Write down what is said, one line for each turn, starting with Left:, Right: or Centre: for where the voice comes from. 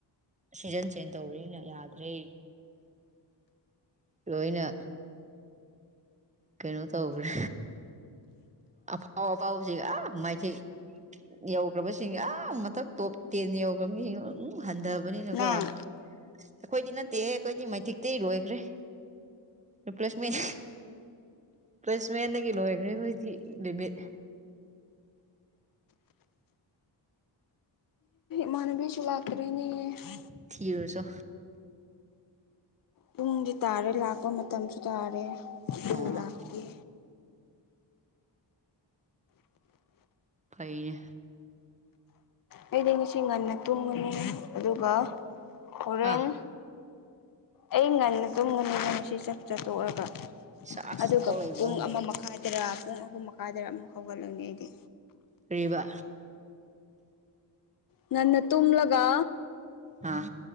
Right: ꯁꯤꯖꯟ ꯆꯦꯟ ꯇꯧꯕꯅꯤꯅ ꯌꯥꯗ꯭ꯔꯦ ꯂꯣꯏꯅ꯫ ꯀꯩꯅꯣ ꯇꯧꯈ꯭ꯔꯦ ꯑꯐꯥꯎ ꯑꯐꯥꯎꯕꯁꯤꯡ ꯑꯥ ꯃꯥꯏꯊꯤꯛ ꯌꯧꯒ꯭ꯔꯕꯁꯤꯡ ꯑꯥ ꯃꯊꯛ ꯇꯣꯞ ꯇꯦꯟ ꯌꯧꯒ꯭ꯔꯕ ꯃꯤ <unintelligible> ꯍꯟꯗꯕꯅꯤꯅꯀꯣ
Left: ꯅꯪ
Right: ꯑꯩꯈꯣꯏꯗꯤ ꯅꯠꯇꯦꯍꯦ ꯑꯩꯈꯣꯏꯗꯤ ꯃꯥꯏꯊꯤꯇꯩ ꯂꯣꯏꯒ꯭ꯔꯦ ꯔꯤꯄ꯭ꯂꯦꯁꯃꯦꯟ ꯔꯤꯄ꯭ꯂꯦꯁꯃꯦꯟꯗꯜꯤ ꯂꯣꯏꯜ꯭ꯔꯦ ꯑꯩꯈꯣꯏꯗꯤ ꯂꯩꯃꯤꯠ꯫
Left: ꯍꯅꯕꯤꯁꯨ ꯂꯥꯛ <unintelligible>
Right: ꯊꯤꯔꯁꯨ
Left: ꯄꯨꯡꯗꯤ ꯇꯥꯔꯦ ꯂꯥꯛꯄ ꯃꯇꯝꯁꯨ ꯇꯥꯔꯦ꯫ <unintelligible>
Right: ꯑꯣ
Left: ꯂꯥꯛꯀꯦ꯫
Right: ꯐꯩꯩꯌꯦ꯫
Left: ꯑꯩꯗꯤ ꯉꯁꯤ ꯉꯟꯅ ꯇꯨꯝꯃꯅꯤ ꯑꯗꯨꯒ ꯍꯣꯔꯦꯟ
Right: ꯍꯥ
Left: ꯑꯩ ꯉꯟꯅ ꯇꯨꯝꯒꯅꯤꯕ ꯉꯁꯤ ꯆꯥꯛ ꯆꯥꯊꯣꯛꯑꯒ꯫
Right: ꯁꯥꯁ
Left: ꯑꯗꯨꯒ
Right: ꯊꯕꯛ ꯂꯩꯕ꯭ꯔꯣ
Left: ꯄꯨꯡ
Right: ꯍꯌꯦꯡ
Left: ꯑꯃ ꯃꯈꯥꯏꯗꯔꯥ ꯄꯨꯡ ꯑꯍꯨꯝ ꯃꯈꯥꯏꯗ ꯑꯃꯨꯛ ꯍꯧꯒꯠꯂꯅꯤ ꯑꯩꯗꯤ꯫
Right: ꯀꯔꯤꯕꯥ꯫
Left: ꯉꯟꯅ ꯇꯨꯝꯃꯒ
Right: ꯑ